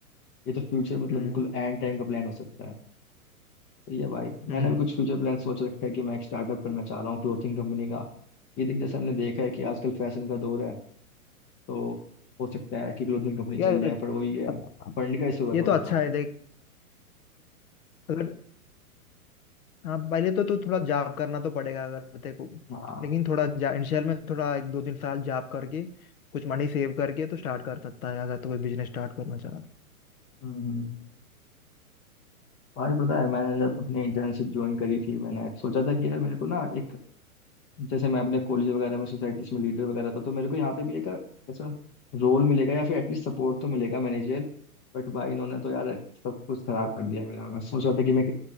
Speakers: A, on the left; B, on the left.
A: ये तो फ्यूचर मतलब
B: हम्म
A: बिल्कुल एंड टाइम का प्लान हो सकता है सही है भाई
B: हम्म
A: मैंने भी कुछ फ्यूचर प्लान सोच रखा है कि मैं एक स्टार्टअप करना चाह रहा हूँ क्लोथिंग कंपनी का ये देख जैसे हमने देखा है कि आजकल फैशन का दौर है तो हो सकता है कि क्लोथिंग कंपनी
B: यार
A: चल जाए पर वही है
B: अब
A: फंड का इशू है
B: ये
A: थोड़ा
B: तो अच्छा
A: सा
B: है देख अगर हाँ पहले तो तो थोड़ा जॉब करना तो पड़ेगा अगर तेरे को
A: हाँ
B: लेकिन थोड़ा इनिशियल में थोड़ा एक दो तीन साल जॉब करके कुछ मनी सेव करके तो स्टार्ट कर सकता है अगर तो कोई बिजनेस स्टार्ट करना चाहता
A: हम्म हम्म। भाई पता है मैंने जब अपनी इंटर्नशिप ज्वाइन करी थी मैंने सोचा था कि यार मेरे को ना एक जैसे मैं अपने कॉलेज वगैरह में सोसाइटीज में लीडर वगैरह था तो मेरे को यहाँ पे भी एक ऐसा रोल मिलेगा या फिर एटलीस्ट सपोर्ट तो मिलेगा मैनेजर बट भाई इन्होंने तो यार सब कुछ खराब कर दिया मेरा मैं सोच रहा था कि मैं